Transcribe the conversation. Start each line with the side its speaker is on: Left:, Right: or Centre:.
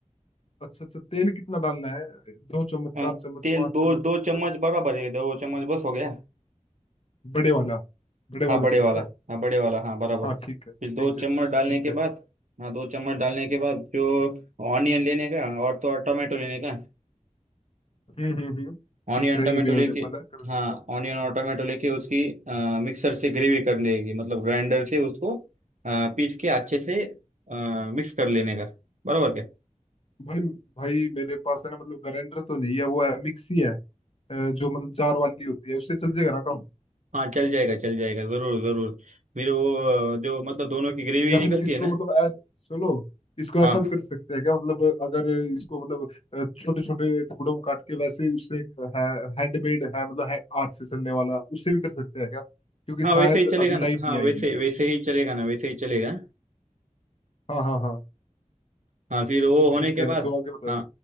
Left: अच्छा अच्छा तेल कितना डालना है दो चम्मच
Right: अ,
Left: चार चम्मच
Right: तेल
Left: पाँच
Right: दो
Left: चम्मच कितना
Right: दो चम्मच बराबर है दो चम्मच बस हो गया
Left: बड़े वाला बड़े वाले
Right: हाँ बड़े
Left: चम्मच
Right: वाला
Left: ना
Right: हाँ बड़े वाला हाँ बराबर
Left: हाँ ठीक है ठीक
Right: फिर दो
Left: है
Right: चम्मच
Left: ठीक
Right: डालने के
Left: है
Right: बाद हाँ दो चम्मच डालने के बाद जो ऑनियन लेने का और तो और टमाटो लेने का
Left: हम्म हम्म हम्म
Right: ऑनियन
Left: ठीक है
Right: टमेटो
Left: ये भी अवेलेबल
Right: लेके
Left: है कर लेता
Right: हाँ
Left: हूँ
Right: ऑनियन और टमेटो लेके उसकी मिक्सर से ग्रेवी कर लेगी मतलब ग्राइंडर से उसको अ, पीस के अच्छे से मिक्स कर लेने का बराबर क्या
Left: भाई भाई मेरे पास है ना मतलब ग्राइंडर तो नहीं है वो है मिक्सी है अ, जो मतलब जार वाली होती है उससे चल जाएगा ना काम
Right: हाँ चल जाएगा चल जाएगा जरूर जरूर मेरे वो अ, जो मतलब दोनों की ग्रेवी
Left: या फिर
Right: निकलती
Left: इसको
Right: है ना
Left: मतलब ऐसा सुनो इसको ऐसा
Right: हाँ
Left: भी कर सकते हैं क्या मतलब अगर इसको मतलब छोटे छोटे टुकड़ों में काट के वैसे उससे है हैंडमेड है मतलब है हाथ से चलने वाला उससे भी कर सकते हैं क्या क्योंकि
Right: हाँ
Left: शायद
Right: वैसे ही चलेगा
Left: अभी
Right: ना
Left: लाइट
Right: हाँ
Left: नहीं आई
Right: वैसे
Left: हुई
Right: वैसे ही चलेगा ना वैसे ही चलेगा
Left: हाँ हाँ हाँ
Right: हाँ फिर वो होने
Left: ठीक
Right: के
Left: है
Right: बाद
Left: तो आगे बताओ
Right: हाँ